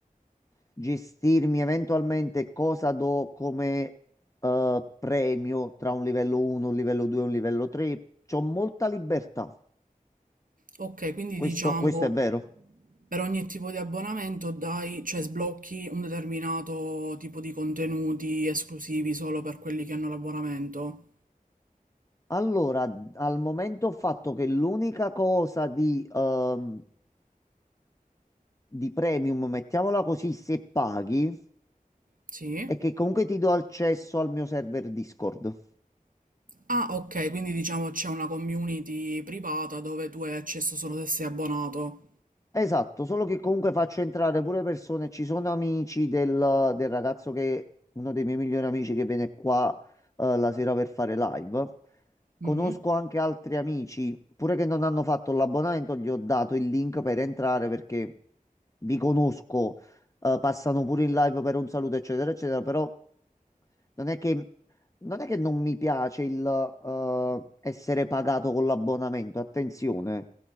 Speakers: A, on the left; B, on the right.
A: gestirmi eventualmente cosa do come eh, premio tra un livello 1, un livello 2 e un livello 3. C'ho molta libertà.
B: Ok, quindi
A: Questo,
B: diciamo
A: questo è vero.
B: per ogni tipo di abbonamento dai, cioè sblocchi un determinato tipo di contenuti esclusivi solo per quelli che hanno l'abbonamento.
A: Allora, al momento ho fatto che l'unica cosa di, ehm, di premium, mettiamola così, se paghi,
B: Sì?
A: è che comunque ti do accesso al mio server Discord.
B: Ah, ok, quindi diciamo c'è una community privata dove tu hai accesso solo se sei abbonato.
A: Esatto, solo che comunque faccio entrare pure persone, ci sono amici del, del ragazzo che, uno dei miei migliori amici che viene qua eh, la sera per fare live. Conosco
B: Mhm,
A: anche altri amici, pure che non hanno fatto l'abbonamento, gli ho dato il link per entrare perché vi conosco, eh, passano pure in live per un saluto, eccetera, eccetera, però non è che, non è che non mi piace il eh, essere pagato con l'abbonamento, attenzione.